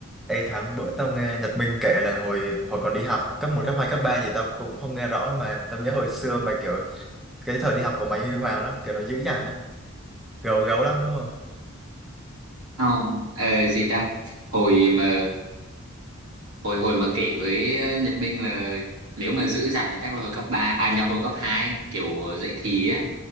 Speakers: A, in the centre; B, on the right (about 85°).
A: Ê Thắng, bữa tao nghe Nhật Minh kể là hồi hồi còn đi học cấp một cấp 2 cấp 3 gì tao cũng không nghe rõ mà tao nhớ hồi xưa mà kiểu cái thời đi học của mày huy hoàng lắm, kiểu nó dữ dằn đấy, gấu gấu lắm đúng không?
B: không ờ, gì ta hồi mà hồi hồi mà kể với Nhật Minh là nếu mà giữ dằn là chắc là hồi cấp 3 à nhầm hồi cấp hai kiểu dậy thì á